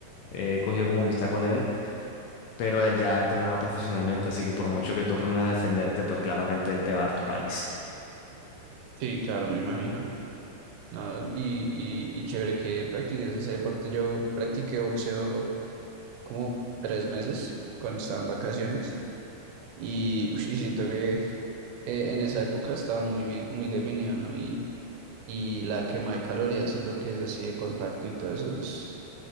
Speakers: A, on the left (about 80°); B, on the right (about 80°).
A: eh, he cogido como amistad con él, pero él ya ha entrenado profesionalmente, así que por mucho que tú aprendas a defenderte, pues claramente él te va a dar tu paliza.
B: Sí, claro, me imagino. No, y, y, y chévere que practiques ese deporte. Yo practiqué boxeo como tres meses cuando estaba en vacaciones y, ush, y siento que eh, en esa época estaba muy bien, muy definido, ¿no? Y, y la quema de calorías en lo que es así de contacto y todo eso es,